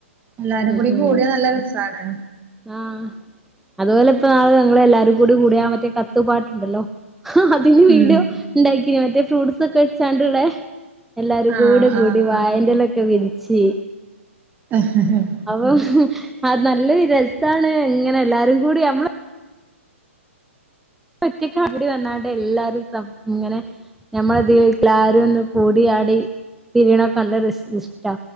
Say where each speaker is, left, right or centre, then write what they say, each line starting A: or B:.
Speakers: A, on the right; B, in the centre.
A: എല്ലാരും
B: ഉം
A: കൂടി
B: ഉം
A: കൂടിയാ നല്ല രസാണ്
B: ആഹ് അതുപോലെ ഇപ്പ നാള് ഞങ്ങള് എല്ലാരും കൂടി കൂടിയാ മറ്റേ കത്ത് പാട്ടുണ്ടല്ലോ അതിന് വീഡിയോ
A: ഉം
B: ഇണ്ടാക്കിനി മറ്റേ ഫ്രൂട്ട്സ് ഒക്കെ വെച്ചാണ്ട്ള്ളെ എല്ലാരും
A: ആഹ്
B: കൂടെ കൂടി
A: ആഹ്
B: വായന്റലൊക്കെ വിരിച്ച്
A: ഉം ഉം
B: അപ്പം അ നല്ല ഒരു രസാണ് ഇങ്ങനെ എല്ലാരും കൂടി അമ്മള് ഒറ്റക്ക് <inaudible> വന്നാണ്ട് എല്ലാരും ഇങ്ങനെ ഞമ്മൾ <unintelligible> ക്കൽ ആരും ഒന്ന് കൂടി ആടി പിരിയണ ഒക്കെ നല്ല ഒരു ഇഷ്ടാ